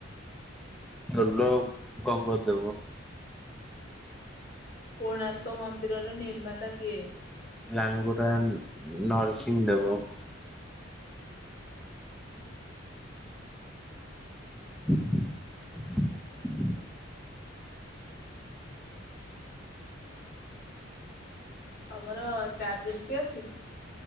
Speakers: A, in the centre; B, on the left.
A: ଚୋଲ ଗଙ୍ଗଦେବ।
B: କୋଣାର୍କ ମନ୍ଦିରର ନିର୍ମାତା କିଏ?
A: ଲାଙ୍ଗୁଳା ନରସିଂହ ଦେବ। <unintelligible>
B: ତମର ଚାଟ୍ ଜିପିଟି ଅଛି?